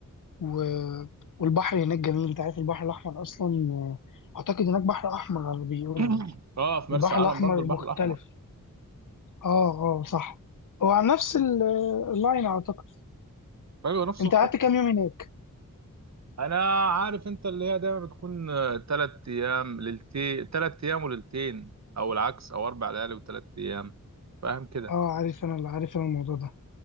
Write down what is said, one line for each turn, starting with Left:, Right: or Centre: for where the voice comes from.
Left: و... والبحر هناك جميل انت عارف البحر الاحمر اصلا آه، اعتقد هناك بحر احمر على اللي بيقولوا
Right: <coughs>
Left: يعني
Right: <clears throat> اه في مرسى
Left: البحر
Right: علم
Left: الاحمر
Right: برضو البحر
Left: مختلف
Right: الاحمر
Left: اه اه صح هو على نفس ال- اللاين اعتقد
Right: ايوه نفس
Left: انت
Right: الخط
Left: قعدت كام يوم هناك
Right: انا عارف انت اللي هي دايما بتكون آه، تلات ايام ليلتين تلات ايام وليلتين او العكس او اربع ليالي وتلات ايام فاهم كده
Left: اه عارف انا اللي عارف انا الموضوع ده